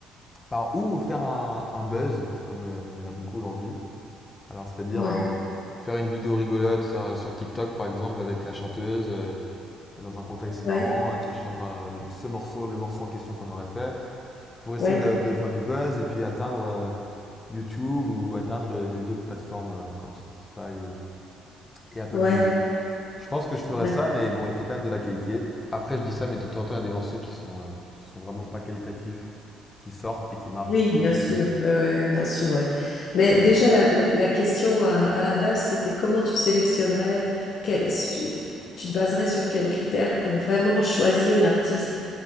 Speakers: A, on the left (about 30°); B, on the left (about 60°).
A: par où faire un, un buzz, comme euh, il y en a beaucoup aujourd'hui. Alors, c'est-à-dire
B: Ouais.
A: euh, faire une vidéo rigolote sur, sur TikTok, par exemple, avec la chanteuse, euh, dans un contexte
B: Ouais,
A: marrant, euh, qui chante un- ce morceau, le morceau en question qu'on aurait fait, pour essayer
B: ouais,
A: de, de faire du buzz et puis atteindre euh, YouTube ou atteindre euh, des autres plateformes euh, comme Spotify et, et Apple
B: ouais.
A: Music. Je pense que je ferais
B: D'ac-
A: ça, mais bon, il faut quand même de la qualité. Après, je dis ça, mais de temps en temps, il y a des morceaux qui sont, euh, qui sont vraiment pas qualitatifs, qui sortent et qui marchent.
B: Oui,
A: Donc,
B: bien sûr,
A: euh,
B: ouais, ouais, bien sûr, ouais. Mais
A: voilà.
B: déjà, la, la, la question à, à la base, c'était comment tu sélectionnerais, quel- si tu, tu te baserais sur quels critères pour vraiment choisir une artiste